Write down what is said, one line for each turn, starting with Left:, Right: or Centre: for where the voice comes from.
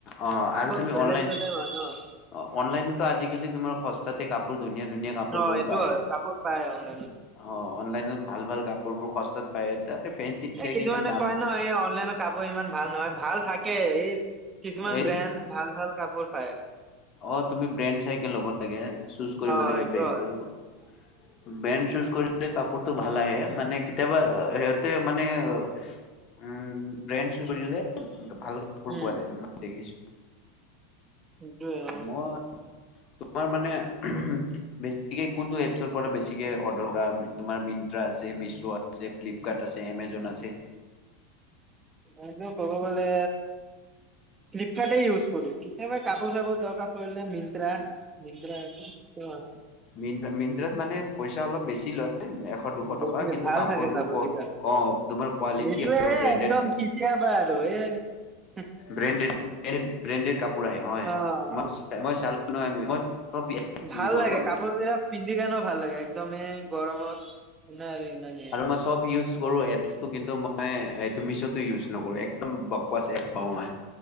Left: অ আৰু
Right: বহুত
Left: তুমি
Right: বেলেগ
Left: অনলাইন
Right: বেলেগ হয় ন।
Left: - অনলাইনত ত আজিকালি তোমাৰ সস্তাটে কাপোৰ ধুনীয়া ধুনীয়া কাপোৰ
Right: অ
Left: বোৰ
Right: এইটো
Left: পায়।
Right: হয়
Left: অ'
Right: কাপোৰ পায় অনলাইনতো
Left: অনলাইনত ভাল ভাল কাপো পোৰ বোৰ সস্তাত পায় তাতে ফেঞ্চি
Right: এ
Left: চাইকে
Right: কিছুমানে
Left: ইমান দাম
Right: কয় ন এই অনলাইনৰ কাপোৰ ইমান ভাল নহয় ভাল থা কে এই কিছুমান
Left: এই
Right: ব্ৰেণ্ড ভাল ভাল কাপোৰ পায়।
Left: অ তুমি ব্ৰেণ্ড চাই কে ল'ব লাগে। চুছ কৰিব
Right: অ
Left: লাগে
Right: সেইটো
Left: ব্ৰেণ্ডটো
Right: হয়
Left: । বেণ্ড চুজ কৰিলে কাপোৰতটো ভাল আহে মানে কেতিয়াবা ইয়াতে মানে উম ব্ৰেণ্ড চুছ কৰিলে ভাল কাপোৰ
Right: উম
Left: পোৱা যাই মই দেখিছো।
Right: সেইটোৱে অঁ।
Left: মই তোমাৰ মানে বেছিকে কোনটো এপছৰ পৰা‌ বেছিকে অৰ্ডাৰ কৰা তোমাৰ মিন্ত্ৰা আছে, মিছ' আছে, ফ্লিপকাৰ্ট আছে, এমেজন আছে।
Right: এনেটো ক'ব গ'লে ফ্লিপকাৰ্টে ইউজ কৰো। সেবা কাপো চাপো দৰকা পৰিলে মিন্ত্ৰা মিনত্ৰা
Left: মিন্ত্ৰা মিন্ত্ৰাত মানে পইচা অলপ বেছি লয়। এশ দুশ টকা
Right: বেছি
Left: কিন্তু
Right: ভাল
Left: কাপোৰটো
Right: থাকে কাপোৰকিটা
Left: ক অ তোমাৰ কোৱালিটি
Right: এইটোয়ে
Left: আৰু ব্ৰেণ্ডেড
Right: একদম কেতিয়াবা আৰু এ
Left: ব্ৰেনডেত ব্ৰেনডেত কাপোৰ আহে হয়।
Right: অ অ
Left: মই মই ছা <inaudible> মই। চব এপছ
Right: ভাল
Left: ইউজ কৰো
Right: লাগে কাপোৰ বিলাক পিন্ধি কে নো ভাল লাগে একদমেই গৰমত। নাই আৰু ইমানেই
Left: আৰু মই চব ইউজ কৰোঁ‌ এপছটো। কিন্তু মই এইটো মিছটো ইউজ নকৰো একদম বকচ এপ পাওঁ মই